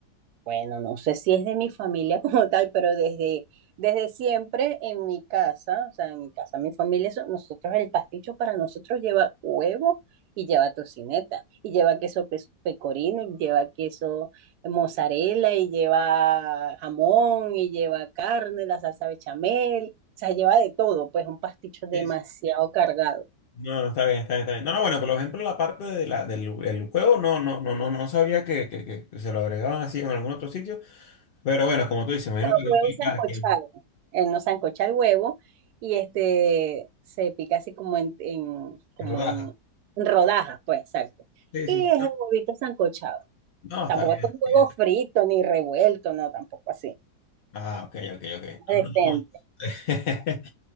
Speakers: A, on the right; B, on the left.
A: Bueno, no sé si es de mi familia <laughs> como tal, pero desde, desde siempre en mi casa, o sea, en mi casa, mi familia, eso- nosotros el pasticho para nosotros lleva huevo y lleva tocineta, y lleva queso pe- pecorino, y lleva queso mozzarella, y lleva jamón, y lleva carne, la salsa bechamel, o sea, lleva de todo, pues un pasticho demasiado
B: Sí, sí.
A: cargado.
B: No, no, está bien, está bien, está bien. No, no, bueno, por ejemplo, la parte de la, del el huevo, no, no, no, no, no sabía que, que, que se lo agregaban así en algún otro sitio, pero bueno, como tú dices, me imagino que
A: huevo
B: lo utilizan
A: sancochado,
B: aquí en
A: eh, no sancocha el huevo y este se pica así como en, en- como
B: rodajas.
A: en rodajas, pues, exacto.
B: Sí,
A: Y
B: sí, sí.
A: es el huevito sancochado.
B: No, está
A: Tampoco
B: bien.
A: es
B: está
A: un huevo
B: bien.
A: frito ni revuelto, no, tampoco así.
B: Ah, ok, ok, ok.
A: Decente,
B: No, no, no. <laughs>